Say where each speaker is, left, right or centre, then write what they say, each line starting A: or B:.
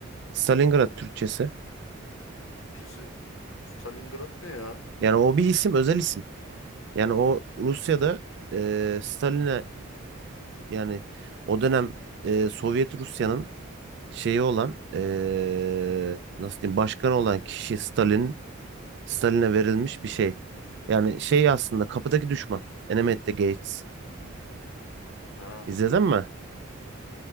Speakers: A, on the right; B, on the left.
A: Stalingrad Türkçesi.
B: Türkçesi Stalingrad ne ya?
A: Yani o bir isim özel isim. Yani o Rusya'da e, Stalin'e yani o dönem e, Sovyet Rusya'nın şeyi olan e, nasıl diyeyim başkanı olan kişi Stalin Stalin'e verilmiş bir
B: Ha,
A: şey.
B: hep izlemedim.
A: Yani şey aslında kapıdaki düşman. Enemy at the Gates.
B: Ha,
A: İzledin mi?